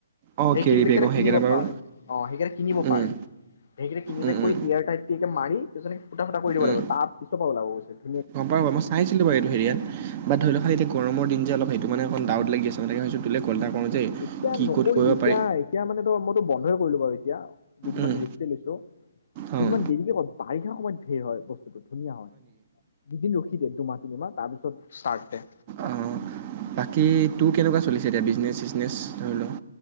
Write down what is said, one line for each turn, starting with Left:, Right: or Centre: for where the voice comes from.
Right: অঁ
Left: সেই
Right: কেৰি
Left: কেৰীবেগকেইটা
Right: বেগ অঁ সেইকেইটা
Left: কিনিব
Right: বাৰু
Left: পায়। অ', সেইকেইটা কিনিব
Right: উম,
Left: পায়। সেইকেইটা কিনিবেগ
Right: উম,
Left: কৰি
Right: উম,
Left: ইয়াৰ টাইট কে মাৰি <unintelligible> ফুটা, ফুটা কৰি দিব
Right: উম,
Left: লাগিব, তাৰ পিচ <unintelligible> ওলাব কৈছে।
Right: গম পাওঁ বাৰু, মই চাইছিলোঁ বাৰু এইটো হেৰিয়াত, বাট ধৰি ল <unintelligible> এতিয়া গৰমৰ দিন যে, অলপ সেইটো মানে কন ডাউত লাগি আছে মানে, সেইকাৰণে ভাবিছোঁ তোলৈ কল এটা কৰোঁ যে
Left: এতিয়া
Right: কি
Left: নকৰিবি।
Right: ক'ত কৰিব
Left: এতিয়া,
Right: পাৰি
Left: এতিয়া মানে তই, মইতো বন্ধই কৰিলো বাৰু এতিয়া। দুদিনমান
Right: উম,
Left: ৰেষ্টেই লৈছোঁ।
Right: অঁ
Left: দুদিনমান দেৰিকে কৰিম। বাৰিষা সময়ত ভিৰ হয় বস্তুটো। ধুনীয়া হয়। দুদিন ৰখি দে, দুমাহ তিনিমাহ তাৰ পিছত ষ্টাৰ্ট দে।
Right: অ'। বাকী তোৰ কেনেকুৱা চলিছে এতিয়া, বিজনেচ-চিজনেছ, ধৰি ল?